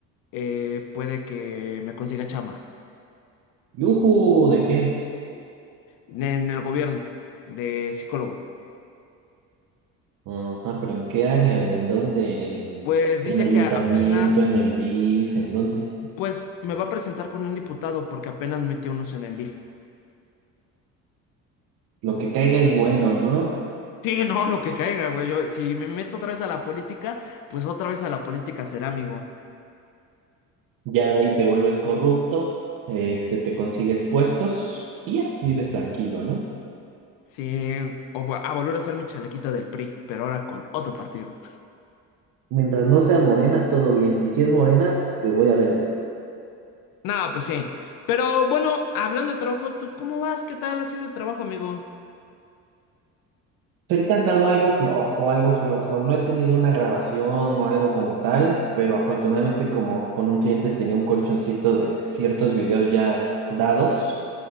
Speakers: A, on the left; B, on the right.
A: eh, puede que me consiga chamba
B: ¡Yujú! ¿De qué?
A: en el gobierno de psicólogo.
B: Ajá, pero ¿en qué área o en dónde? ¿En,
A: Pues
B: en
A: dice
B: ayuntamiento,
A: que apenas,
B: en el DIF, en dónde?
A: pues me va a presentar con un diputado porque apenas metió unos en el DIF.
B: Lo que caiga es bueno, ¿no?
A: Sí, no, lo que caiga, güey. Yo, si me meto otra vez a la política, pues otra vez a la política será, amigo.
B: Ya de ahí te vuelves corrupto, este, te consigues puestos y ya, vives tranquilo, ¿no?
A: Sí, o vo- a volver a usar mi chalequita del PRI, pero ahora con otro partido.
B: Mientras no sea morena, todo bien. Y si es morena, te voy a regañar.
A: Nada, pues sí. Pero bueno, hablando de trabajo, ¿tú cómo vas? ¿Qué tal ha sido el trabajo, amigo?
B: Ahorita han dado algo flojo, algo flojo. No he tenido una grabación o algo como tal, pero afortunadamente como con un cliente tenía un colchoncito de ciertos videos ya dados.